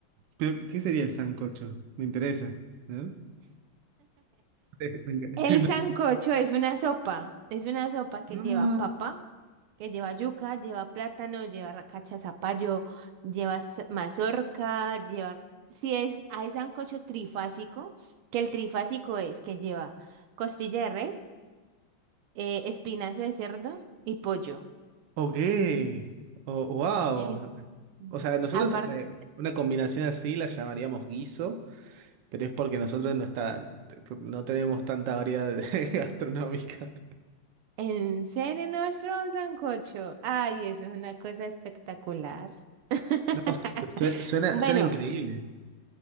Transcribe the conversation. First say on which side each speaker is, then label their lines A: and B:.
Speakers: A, on the right; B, on the right.
A: ¿Pero qué sería el sancocho? Me interesa. A ver. <laughs> Me encanta.
B: El sancocho es una sopa, es una sopa que
A: Ah,
B: lleva papa. que lleva yuca, lleva plátano, lleva racacha de zapallo, lleva s- mazorca, lleva... Si es, hay sancocho trifásico, que el trifásico es que lleva costilla de res, eh, espinazo de cerdo y pollo.
A: ok. Oh, wow.
B: Es
A: O sea, nosotros
B: aparte...
A: eh, una combinación así la llamaríamos guiso, pero es porque nosotros no está, no tenemos tanta variedad de- <laughs> gastronómica.
B: ¿En serio no has probado un sancocho? Ay, eso es una cosa espectacular. <laughs>
A: No, su- suena, suena,
B: Bueno,
A: suena increíble.